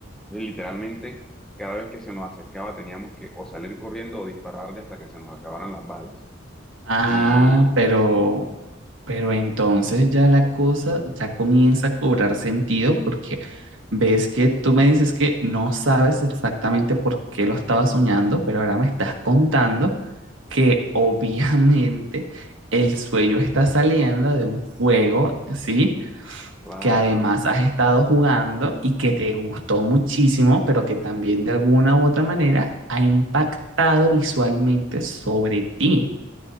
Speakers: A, in the centre; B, on the right.
A: Entonces, literalmente, cada vez que se nos acercaba teníamos que o salir corriendo o dispararle hasta que se nos acabaran las balas.
B: Ah,
A: Y,
B: pero
A: exacto,
B: Pero entonces ya la cosa ya comienza a cobrar sentido porque ves que tú me dices que no sabes exactamente por qué lo estaba soñando, pero ahora me estás contando que <laughs> obviamente el sueño está saliendo de un juego, ¿sí?
A: claro.
B: Que además has estado jugando y que te gustó muchísimo, pero que también de alguna u otra manera ha impactado visualmente sobre ti.